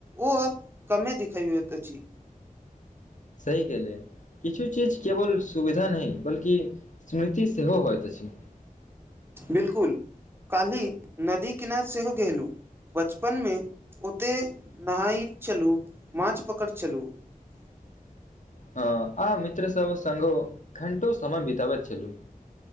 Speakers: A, on the right (about 15°); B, on the left (about 60°).
A: ओ अब कमे दिखायइत अछि
B: सही कलिय किछु चीज केवल सुविधा नहि बल्कि स्मृति सेहो होइत अछि
A: बिल्कुल काल्हि नदी किनार सेहो गेलू बचपन में ओतेक नहाइत छलू माछ पकड़ छलू <unintelligible>
B: हँ आ मित्रसभ सगों घण्टो समय बितबैत छलहु